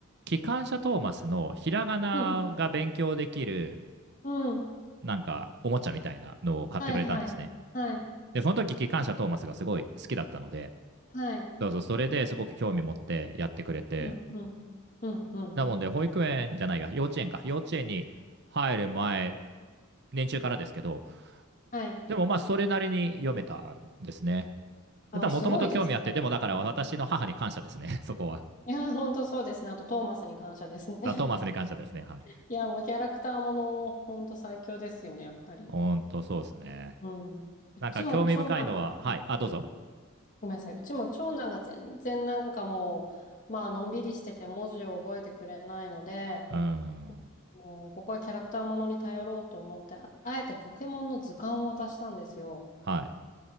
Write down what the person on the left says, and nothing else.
うん、うん。うん。
はい、はい。はい。
はい。
うん、うん。うん、うん。
はい。
あー、
すごいですね。
うん。
いや本当そうですね。あと、トーマスに感謝ですね。
<laughs> いやもうキャラクターもの、本当最強ですよね、やっぱり。
うん。うちも長男、
うんごめんなさい。うちも長男が全然なんかもう、まあ、のんびりしてて文字を覚えてくれないので、
もうここはキャラクターものに頼ろうと思って、あえてポケモンの図鑑を渡したんですよ。